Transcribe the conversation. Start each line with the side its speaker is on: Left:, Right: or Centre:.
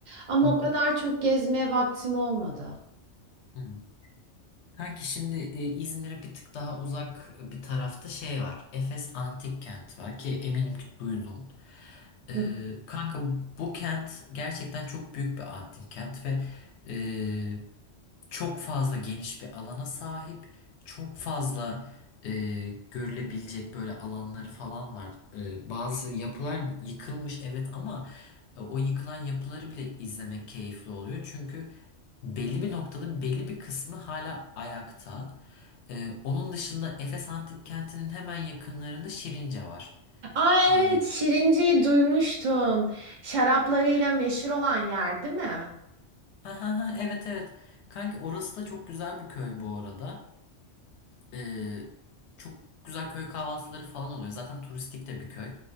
Right: ama
Left: Hı
Right: o kadar çok gezmeye vaktim olmadı.
Left: hı, hı. Kanki şimdi e, İzmir'e bir tık daha uzak bir tarafta şey var. Efes Antik Kent var ki eminim ki duydun. E,
Right: Hı.
Left: kanka bu kent gerçekten çok büyük bir antik kent ve e, çok fazla geniş bir alana sahip, çok fazla e, görülebilecek böyle alanları falan var. E, bazı yapılar yıkılmış evet ama e, o yıkılan yapıları bile izlemek keyifli oluyor. Çünkü belli bir noktada belli bir kısmı hala ayakta. E, onun dışında Efes Antik Kenti'nin hemen yakınlarında Şirince var.
Right: Aa
Left: E,
Right: evet Şirinci'yi duymuştum. Şaraplarıyla meşhur olan yer değil mi?
Left: <laughs> ha ha ha evet evet. Kanki orası da çok güzel bir köy bu arada. Ee, çok güzel köy kahvaltıları falan oluyor. Zaten turistik de bir köy.